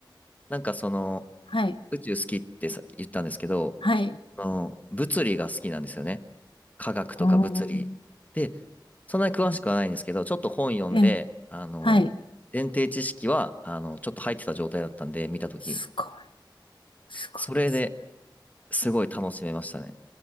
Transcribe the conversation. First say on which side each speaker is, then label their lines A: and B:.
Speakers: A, on the left; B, on the left.
A: なんかその、
B: はい。
A: 宇宙好きってさ、言ったんですけど、
B: はい。
A: あの、物理が好きなんですよね。科学とか物理。
B: うーん。
A: で、そんなに詳しくはないんですけど、
B: はい
A: ちょっと本読んで、
B: ええ。
A: あの、
B: はい。
A: 前提知識は、あの、ちょっと入ってた状態だったんで、見たとき。
B: すごい。すごいです。
A: それですごい楽しめましたね。